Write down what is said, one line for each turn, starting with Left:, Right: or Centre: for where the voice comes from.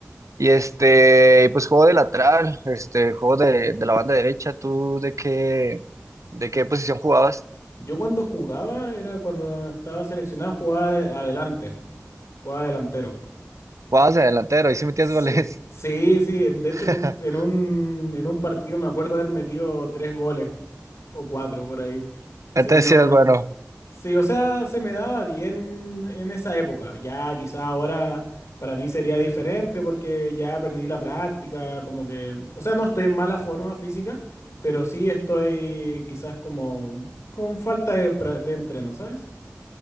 Right: Y este, pues juego de lateral, este, juego de, de la banda derecha, ¿tú de qué, de qué posición jugabas?
Left: Yo cuando jugaba, era cuando estaba seleccionado, jugaba de- adelante, jugaba delantero.
Right: Jugabas de delantero y si metías
Left: Sí,
Right: goles.
Left: sí, sí. en- De hecho,
Right: <laughs>
Left: en un, en un, en un partido me acuerdo haber metido tres goles o cuatro por ahí.
Right: Entonces
Left: Sí, no.
Right: sí eras bueno.
Left: Sí, o sea, se me daba bien en esa época. Ya quizá ahora para mí sería diferente porque ya perdí la práctica, como que, o sea, no estoy en mala forma física, pero sí estoy quizás como con falta de, pra- de entreno, ¿sabes?